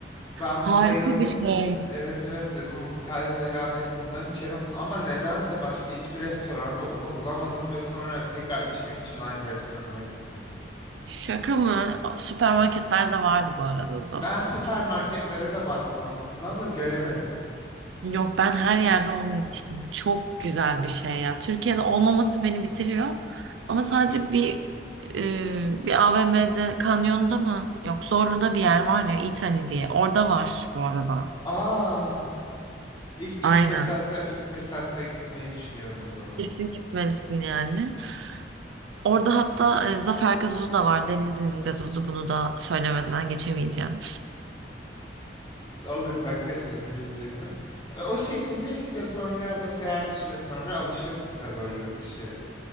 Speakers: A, on the left; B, on the right.
A: Ben
B: Harika
A: bayıldım.
B: bir şey.
A: De, evet evet dedim. İtalya'da herhalde hep bundan içerim. Ama nedense başka hiçbir restoranda onu bulamadım ve sonra tekrar içmek için aynı restorana gittim.
B: Şaka mı? Süpermarketlerde vardı bu arada dostum.
A: Ben süpermarketlere de baktım aslında ama göremedim.
B: Yok ben her yerde onu içtim. Çok güzel bir şey ya. Türkiye'de olmaması beni bitiriyor. Ama sadece bir e, bir AVM'de, kanyonda mı? Yok Zorlu'da bir yer var ya İtali diye. Orada var bu arada.
A: Aa, ilk,
B: Aynen.
A: ilk fırsatta ilk fırsatta gitmeyi düşünüyorum o zaman.
B: Kesin gitmelisin yani. Orada hatta e, Zafer gazozu da var. Denizli'nin gazozu bunu da söylemeden geçemeyeceğim.
A: Olur bakarız onun üzerine. E, O şekilde işte sonra mesela bir süre sonra alışıyorsun tabii o yurt dışı